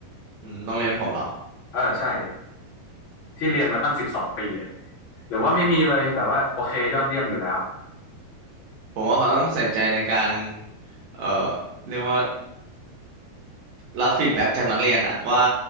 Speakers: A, on the right; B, on the left.
A: อืมโรงเรียนผมเหรอ
B: เออใช่ที่เรียนมาตั้งสิบสองปีอะหรือว่าไม่มีเลยแบบว่าโอเคยอดเยี่ยมอยู่แล้ว
A: ผมว่าเขาต้องใส่ใจในการเอ่อเรียกว่า รับฟีดแบ็กจากนักเรียนอะว่า